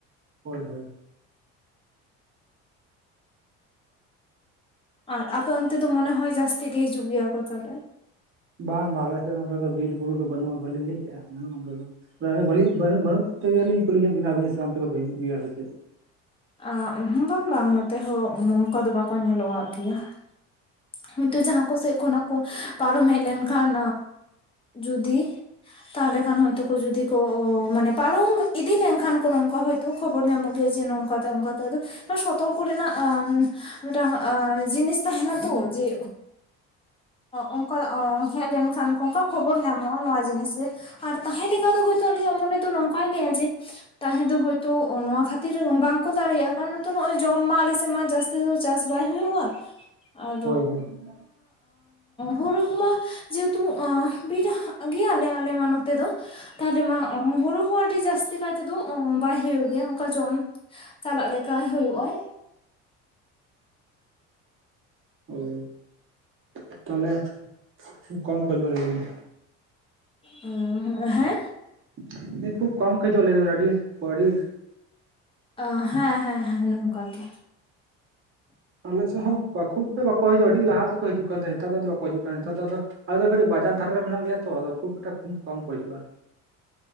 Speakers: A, on the right; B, on the left.
A: ᱦᱳᱭ ᱦᱳᱭ ᱾
B: ᱟᱨ ᱟᱯᱮ ᱚᱱᱛᱮ ᱫᱚ ᱢᱚᱱᱮ ᱦᱚᱭ ᱡᱟᱹᱥᱛᱤ ᱜᱮ ᱦᱤᱡᱩᱜ ᱜᱮᱭᱟ ᱠᱚ ᱛᱟᱦᱚᱞᱮ?
A: ᱵᱟᱝ ᱵᱟᱝ ᱟᱞᱮᱥᱮᱫ ᱚᱱᱰᱮ ᱫᱚ ᱵᱤᱨ ᱵᱩᱨᱩ ᱫᱚ ᱵᱟᱹᱱᱩᱜ-ᱟ ᱵᱟᱞᱤᱧ ᱞᱟᱹᱭ ᱠᱮᱜ-ᱟ ᱵᱟᱹᱱᱩᱜ-ᱟ ᱚᱱᱠᱟ ᱫᱚ ᱾ ᱡᱟᱭᱦᱳᱠ ᱵᱟᱹᱞᱤᱧ ᱵᱟᱹᱱᱩᱜ ᱵᱟᱹᱱᱩᱜ ᱛᱮᱜᱮᱞᱤᱧ ᱠᱩᱞᱤ ᱠᱮᱫ ᱵᱤᱱᱟ ᱟᱹᱵᱤᱱ ᱥᱮ ᱚᱱᱛᱮ ᱠᱚ ᱦᱤᱡᱩᱜ ᱜᱮᱭᱟ ᱥᱮ ᱪᱮᱫ?
B: ᱟ ᱵᱟᱝ ᱵᱟᱝ ᱱᱚᱛᱮ ᱱᱚᱝᱠᱟ ᱫᱚ ᱵᱟᱠᱚ ᱧᱮᱞᱚᱜᱣᱟᱜ ᱜᱮᱭᱟ ᱾ ᱦᱳᱭᱛᱚ ᱡᱟᱦᱟᱸ ᱠᱚ ᱥᱮᱫ ᱠᱷᱚᱱᱟᱜ ᱠᱚ ᱯᱟᱨᱚᱢ ᱦᱮᱡ ᱞᱮᱱᱠᱷᱟᱱ ᱡᱩᱫᱤ ᱛᱟᱦᱚᱞᱮ ᱠᱷᱟᱱ ᱦᱳᱭᱛᱳ ᱠᱚ ᱡᱩᱫᱤ ᱠᱚ ᱢᱟᱱᱮ ᱯᱟᱨᱚᱢ ᱤᱫᱤ ᱞᱮᱱᱠᱷᱟᱱ ᱠᱚ ᱱᱚᱝᱠᱟ ᱦᱳᱭ ᱛᱚ ᱠᱷᱚᱵᱚᱨ ᱧᱟᱢᱚᱜ ᱜᱮᱭᱟ ᱡᱮ ᱱᱚᱝᱠᱟᱛᱮ ᱚᱱᱠᱟᱛᱮ ᱟᱫᱚ ᱥᱚᱛᱚᱨᱠᱚ ᱨᱮᱱᱟᱜ ᱢᱤᱫᱴᱟᱝ ᱡᱤᱱᱤᱥ ᱛᱟᱦᱮᱱᱟ ᱛᱚ ᱡᱮ ᱚᱱᱠᱟ ᱦᱮᱡ ᱞᱮᱱᱠᱷᱟᱱ ᱚᱱᱠᱟ ᱠᱷᱚᱵᱚᱨ ᱧᱟᱢᱚᱜ-ᱟ ᱱᱚᱣᱟ ᱡᱤᱱᱤᱥ ᱜᱮ ᱾ ᱟᱨ ᱛᱟᱦᱮᱸ ᱞᱮᱠᱟ ᱫᱚ ᱦᱳᱭᱛᱳ ᱟᱞᱤᱧᱟᱜ ᱢᱚᱱᱮ ᱫᱚ ᱱᱚᱝᱠᱟᱭ ᱞᱟᱹᱭᱟ ᱡᱮ ᱛᱟᱦᱮᱸ ᱫᱚ ᱦᱳᱭᱛᱳ ᱱᱚᱣᱟ ᱠᱷᱟᱹᱛᱤᱨ ᱵᱟᱝᱠᱚ ᱫᱟᱲᱮᱭᱟᱜ-ᱟ ᱠᱟᱨᱚᱱ ᱛᱚ ᱱᱚᱜ-ᱚᱭ ᱡᱚᱢ ᱢᱟ ᱟᱞᱮᱥᱮᱫ ᱢᱟ ᱡᱟᱹᱥ ᱛᱤ ᱫᱚ ᱪᱟᱥ ᱵᱟᱭ ᱦᱩᱭᱩᱜ-ᱟ ᱟᱨ
A: ᱦᱳᱭ ᱦᱳᱭ ᱾ <inaudible>
B: ᱵᱩᱨᱩ ᱦᱩᱢᱟ ᱡᱮᱦᱮᱛᱩ ᱵᱤᱨ ᱜᱮᱭᱟᱞᱮ ᱟᱞᱮ ᱢᱟ ᱱᱚᱛᱮ ᱫᱚ ᱛᱟᱦᱚᱞᱮ ᱢᱟ ᱦᱩᱲᱩ ᱦᱚᱸ ᱟᱹᱰᱤ ᱡᱟᱹᱥᱛᱤ ᱠᱟᱭ ᱛᱮᱫᱚ ᱵᱟᱭ ᱦᱩᱭᱩᱜ ᱜᱮᱭᱟ ᱚᱱᱠᱟ ᱡᱚᱢ ᱪᱟᱞᱟᱜ ᱞᱮᱠᱟᱭ ᱦᱩᱭᱩᱜ-ᱟᱭ ᱾
A: ᱚ ᱾ <inaudible> ᱛᱟᱦᱚᱞᱮ <inaudible> ᱠᱚᱢ ᱠᱚ <unintelligible>
B: ᱚ, ᱦᱮᱸ?
A: <unintelligible>
B: ᱟ ᱦᱮᱸ ᱦᱮᱸ ᱦᱮᱸ ᱱᱚᱝᱠᱟ ᱜᱮ᱾
A: ᱟᱞᱮ ᱥᱮᱫ ᱦᱚᱸ ᱵᱟ ᱠᱷᱩᱵ ᱛᱮ ᱵᱟᱠᱚ ᱦᱤᱡᱩᱜᱼᱟ᱾ ᱟᱹᱰᱤ ᱞᱟᱦᱟ ᱛᱮᱠᱚ ᱦᱤᱡᱩᱜ ᱠᱟᱱ ᱛᱟᱦᱮᱸᱫ, ᱱᱮᱛᱟᱨ ᱫᱟ ᱫᱚ ᱵᱟᱠᱚ ᱦᱤᱡᱩᱜ ᱠᱟᱱ ᱠᱟᱱᱟ, ᱱᱮᱛᱟᱨ ᱫᱚ ᱟᱫᱚ ᱟᱞᱮ ᱫᱚ ᱠᱟᱹᱴᱤᱡ ᱵᱟᱡᱟᱨ ᱫᱷᱟᱨᱮ ᱨᱮ ᱢᱮᱱᱟᱜ ᱞᱮᱭᱟ ᱛᱚ ᱟᱫᱚ ᱠᱷᱩᱵ ᱮᱴᱟ ᱠᱷᱩᱵ ᱠᱚᱢ ᱠᱚ ᱦᱤᱡᱩᱜᱼᱟ᱾